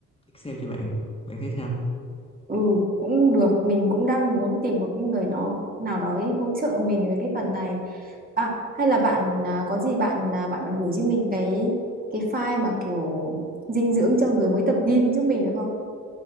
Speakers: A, on the left (about 20°); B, on the right (about 30°).
A: Excel cho bạn bạn thấy sao
B: ừ cũng được mình cũng đang muốn tìm một cái người nó nào đó ấy hỗ trợ mình về cái phần này à hay là bạn à, có gì bạn à, bạn bạn gửi cho mình cái cái file mà kiểu dinh dưỡng cho người mới tập gym giúp mình được không